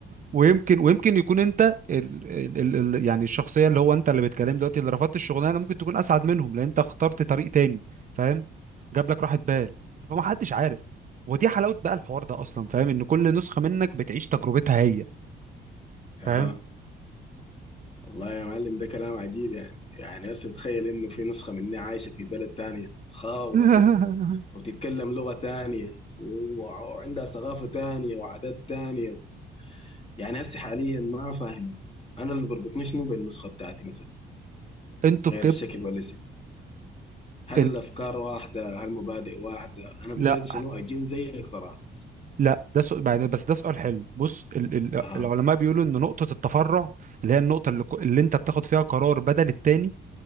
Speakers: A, on the right; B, on the left.
A: ويمكن ويمكن يكون انت ال ال ال يعني الشخصيه اللي هو انت اللي بتكلم دلوقتي اللي رفضت الشغلانه ممكن تكون اسعد منهم لان انت اخترت طريق تاني فاهم جاب لك راحه بال فما حدش عارف ودي حلاوه بقى الحوار ده اصلا فاهم ان كل نسخه منك بتعيش تجربتها هي
B: اها
A: فاهم
B: والله يا معلم ده كلام عجيب يعني يعني هسه تخيل انه في نسخة مني عايشة في بلد تانية خالص
A: <laughs>
B: كده وتتكلم لغة تانية وعندها ثقافة تانية وعادات تانية يعني هسه حاليا ما فاهم انا أنا اللي بربطني شنو بالنسخة بتاعتي مثلا
A: انتوا
B: غير
A: بتبقى
B: الشكل والاسم هل
A: انت...
B: الافكار واحدة هل المبادئ واحدة انا بديت
A: لا
B: شنو اجن زيك صراحة
A: لا ده سؤال يعني بس ده سؤال حلو بص ال... ال...
B: اها
A: العلماء بيقولوا ان نقطه التفرع اللي هي النقطه اللي, ك- اللي انت بتاخد فيها قرار بدل التاني